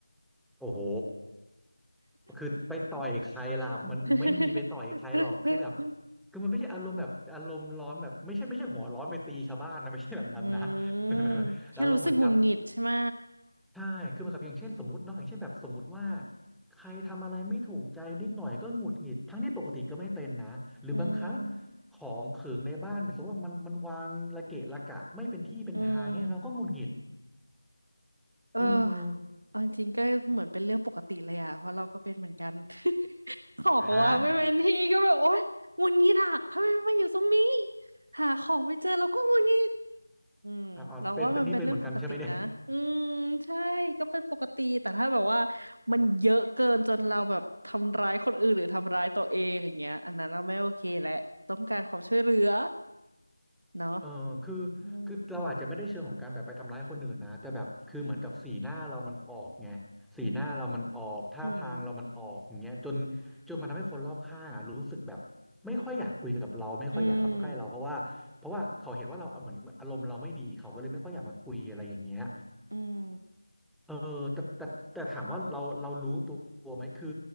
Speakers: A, in the centre; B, on the right.
A: โอ้โหคือไปต่อยใครล่ะมันไม่มีไปต่อยใครหรอกคือแบบ
B: <laughs>
A: คือมันไม่ใช่อารมณ์แบบอารมณ์ร้อนแบบไม่ใช่ไม่ใช่หัวร้อนไปตีชาวบ้านนะไม่ใช่แบบนั้นนะ
B: อืม
A: <laughs>
B: แค่รู้สึกหงุดหงิดใช่ไหม
A: แต่อารมณ์เหมือนกับ ใช่คือมันกับอย่างเช่นสมมติเนาะอย่างเช่นแบบสมมติว่าใครทำอะไรไม่ถูกใจนิดหน่อยก็หงุดหงิดทั้งที่ปกติก็ไม่เป็นนะหรือบางครั้ง
B: อืม
A: ของขึงในบ้านแบบสมมติว่ามันมันวางระเกะระกะไม่เป็นที่เป็นทางเนี้ยเราก็หงุดหงิด
B: อืมเออ
A: เออ
B: เอาจริงๆก็เหมือนเป็นเรื่องปกติเลยอะเพราะเราก็เป็นเหมือนกัน <laughs> ของว่างไม่เป็นที่ก็แบบโอ๊ยหงุดหงิดอะทำไมมันมาอยู่ตรงนี้
A: อ่าฮะ
B: หาของไม่เจอเราก็หงุดหงิด อืมเราว่ามันเป็นเรื่องปกตินะอืม
A: อ่าเป็นเป็นนี่เป็นเหมือนกันใช่ไหมเนี่ย
B: ใช่ก็เป็นปกติแต่ถ้าแบบว่ามันเยอะเกินจนเราแบบทำร้ายคนอื่นหรือทำร้ายตัวเองอย่างเงี้ยอันนั้นเราไม่โอเคแหละต้องการความช่วยเหลือเนาะ
A: เออคือ
B: อืม
A: คือเราอาจจะไม่ได้เชิงของการแบบไปทำร้ายคนอื่นนะแต่แบบคือเหมือนกับสีหน้าเรามันออกไงสีหน้าเรามันออกท่าทางเรามันออกอย่างเงี้ยจน
B: อืม
A: จนมันทำให้คนรอบข้างอ่ะรู้สึกแบบไม่ค่อยอยากคุยกับเราไม่ค่อยอยากเข้าใกล้เราเพราะว่าเพราะว่าเขาเห็นว่าเราเหมือนเหมือนอารมณ์เราไม่ดีเขาก็เลยไม่ค่อยอยากมาคุยอะไรอย่างเงี้ย
B: อืมอืม
A: เออแต่แต่แต่ถามว่าเราเรารู้ตัวไหมคือ